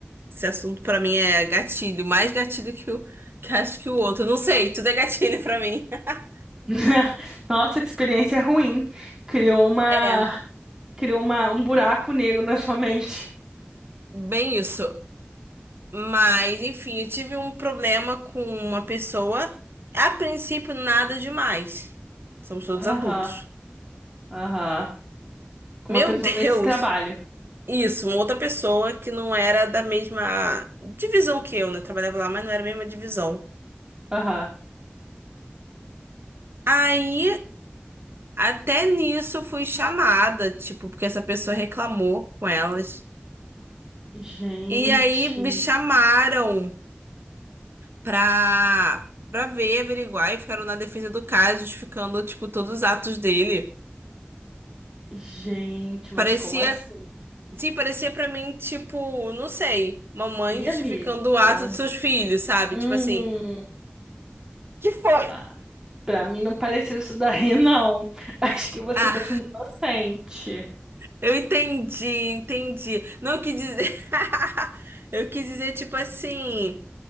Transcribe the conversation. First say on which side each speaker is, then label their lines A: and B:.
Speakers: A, on the right (about 70°); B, on the right (about 20°).
A: Esse assunto pra mim é gatilho, mais gatilho que o que acho que o outro. Não sei, tudo é gatilho pra mim. <laughs>
B: <laughs> Nossa, que experiência ruim. Criou uma,
A: É,
B: criou uma, um buraco negro na sua mente.
A: bem isso. Mas, enfim, eu tive um problema com uma pessoa. A princípio, nada demais. Somos todos
B: Aham,
A: adultos.
B: aham. Com
A: Meu
B: uma pessoa
A: <laughs> Deus!
B: nesse trabalho.
A: Isso, uma outra pessoa que não era da mesma divisão que eu, né? Trabalhava lá, mas não era a mesma divisão.
B: Aham.
A: Aí. Até nisso eu fui chamada, tipo, porque essa pessoa reclamou com elas.
B: Gente.
A: E aí me chamaram pra, pra ver, averiguar e ficaram na defesa do cara, justificando, tipo, todos os atos dele.
B: Gente, mas
A: Parecia,
B: como assim?
A: sim, parecia pra mim, tipo, não sei, uma mãe
B: E
A: justificando
B: amiga?
A: o ato dos seus filhos, sabe?
B: Hum,
A: Tipo assim, Que foi?
B: pra, pra mim não pareceu isso daí, não. <laughs> Acho que você
A: ah,
B: tá sendo inocente.
A: eu entendi, entendi. Não eu quis dizer. <laughs> Eu quis dizer, tipo assim.